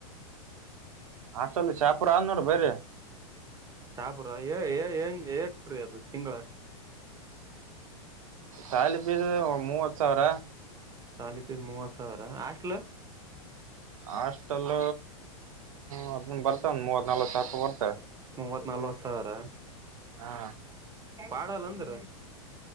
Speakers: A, on the right (about 70°); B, on the right (about 20°).
A: ಅಷ್ಟಲ್ ಶಾಪುರ ಅದ ನೋಡ ಬ್ರ
B: ಸಾಪರ ಏ ಹೆಂಗ ಟ್ರಿ ಅದು ತಿಂಗಳ
A: ಶಾಲಿ ಪಿಸ ಮೂವತ ಸಾವಿರ
B: ಶಾಲಿ ಪೀಸ್ ಮೂವತ್ತು ಸಾವಿರ ಹಾಸ್ಟೆಲ್
A: ಹಾಸ್ಟಲ್ ಹ ಬರ್ತ ಒಂದ ಮೂವತ ನಲ್ವತ್ ಸಾವಿ ಬರ್ತ
B: ಮೂವತ್ ನಲ್ವತ್ ಸಾವಿರ
A: ಹಾ
B: ಪಾಡಲ್ಲ ಅಂದರ